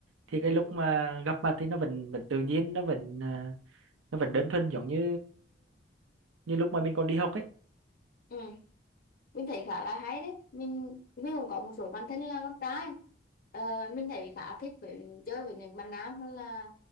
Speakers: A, on the right; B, on the left.
A: thì cái lúc
B: Ừ.
A: mà gặp mặt thì nó vẫn vẫn tự nhiên nó vẫn à, nó vẫn đơn thuần giống như như lúc mà mình còn đi học ấy
B: Ừ, mình thấy khá là hay đấy mình mình cũng có một số bạn thân là con trai ờ, mình thấy khá thích với chơi với những bạn nam hơn là